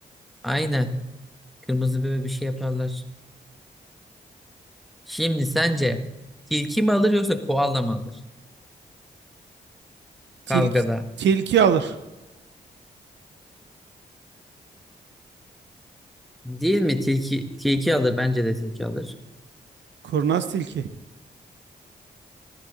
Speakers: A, in the centre; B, on the right.
A: Aynen. Kırmızı böyle bir şey yaparlar. Şimdi sence tilki mi alır yoksa koala mı alır kavgada?
B: Tilki, tilki alır.
A: Değil mi? Tilki, tilki alır. Bence de tilki alır.
B: Kurnaz tilki.